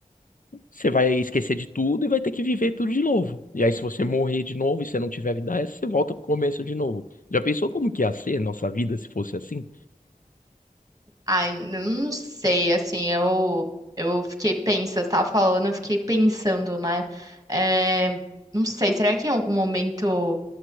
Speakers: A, on the left; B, on the right.
A: você vai esquecer de tudo e vai ter que viver tudo de novo. E aí, se você morrer de novo e você não tiver vida essa, você volta pro começo de novo. Já pensou como que ia ser nossa vida se fosse assim?
B: Ai, n- não sei, assim, eu eu fiquei pensando, você tava falando, eu fiquei pensando, né? É, não sei, será que em algum momento